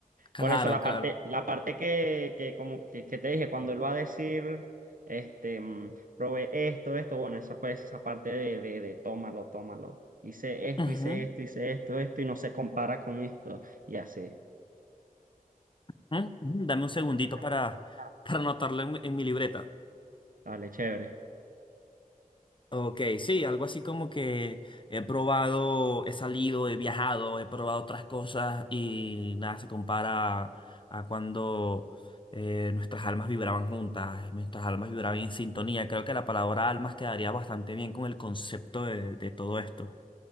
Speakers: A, on the left; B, on the right.
A: Claro,
B: Por eso la
A: claro.
B: parte, la parte que, que como que, que te dije, cuando él va a decir, este, mm, probé esto, esto, bueno, esa pues esa parte de, de, de tómalo, tómalo. Hice esto,
A: Ujú,
B: hice esto, hice esto, esto y no se compara con esto y así.
A: ujú, ujú. Dame un segundito
B: Dame un segundito
A: para,
B: para...
A: <laughs> para anotarlo en, mi en mi libreta.
B: Dale, chévere.
A: Ok, sí, algo así como que he probado, he salido, he viajado, he probado otras cosas y nada se compara a cuando eh, nuestras almas vibraban juntas, nuestras almas vibraban en sintonía. Creo que la palabra almas quedaría bastante bien con el concepto de de todo esto.